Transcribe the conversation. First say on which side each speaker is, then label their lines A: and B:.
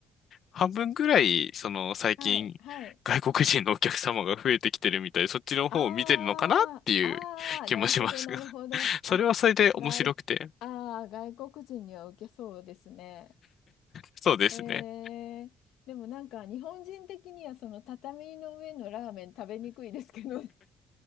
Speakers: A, on the left; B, on the left.
A: 半分ぐらい、その、最近、
B: はいはい。
A: 外国人のお客様が増えてきてるみたいで、そっちの方を見てるのかなっていう気もしますが、
B: あーあー、なるほどなるほど。
A: それはそれで面白くて。
B: あ、外、あー外国人には受けそうですね。
A: そうですね。
B: えー、でもなんか日本人的にはその畳の上のラーメン食べにくいですけどね。